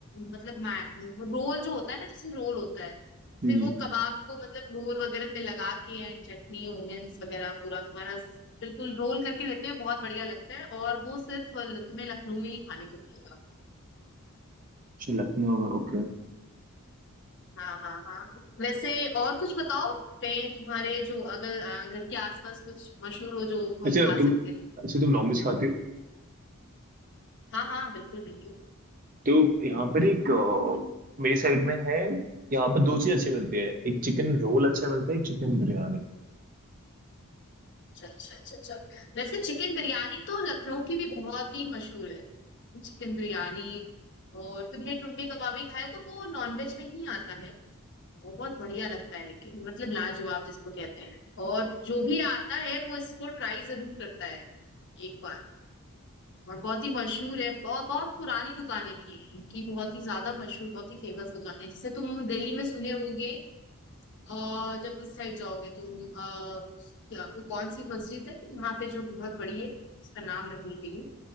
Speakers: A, on the left; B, on the right.
A: मतलब मै- वो रोल जो होता है ना जैसे रोल होता है
B: हम्म
A: फिर वो कबाब को मतलब रोल वगैरह पे लगा के एंड चटनी ओनियंस वगैरह पूरा तुम्हारा स- बिल्कुल रोल करके देते हैं बहुत बढ़िया लगता है और वो सिर्फ ल- तुम्हें लखनऊ में ही खाने को मिलेगा
B: अच्छा लखनऊ में ओके
A: हाँ हाँ हाँ वैसे और कुछ बताओ कहीं तुम्हारे जो अगर अ, घर के आसपास कुछ मशहूर हो जो हम
B: अच्छा
A: खा
B: तुम
A: सकते हैं
B: अच्छा तुम नॉनवेज खाते हो
A: हाँ हाँ बिल्कुल बिल्कुल
B: तो यहाँ पर एक अ, मेरी साइड में है यहाँ पर दो चीज़ अच्छी मिलती है एक चिकन रोल अच्छा मिलता है एक चिकन बिरयानी
A: अच्छा अच्छा अच्छा अच्छा वैसे चिकन बिरयानी तो लखनऊ की भी बहुत ही मशहूर है चिकन बिरयानी और तुमने टुंडे कबाबी खाए तो वो नॉनवेज में ही आता है वो बहुत बढ़िया लगता है लेकिन मतलब लाजवाब जिसको कहते हैं और जो भी आता है वो इसको ट्राई जरूर करता है एक बार और बहुत ही मशहूर है बहुत बहुत पुरानी दुकानें भी हैं इनकी बहुत ही ज्यादा मशहूर बहुत ही फेमस दुकान है जैसे तुम दिल्ली में सुने होगे और जब उस साइड जाओगे तुम अ, क्या वो कौन सी मस्जिद है यहाँ पे जो बहुत बड़ी है उसका नाम मैं भूल गई हूँ